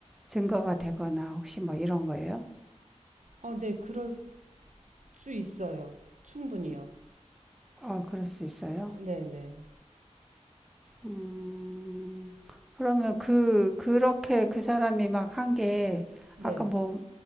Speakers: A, in the centre; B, on the right (about 80°).
A: 증거가 되거나 혹시 뭐 이런 거예요?
B: 어, 네, 그럴 수 있어요. 충분히요.
A: 어, 그럴 수 있어요.
B: 네, 네,
A: 음, 그러면 그, 그렇게 그 사람이 막 한 게
B: 네.
A: 아까 뭐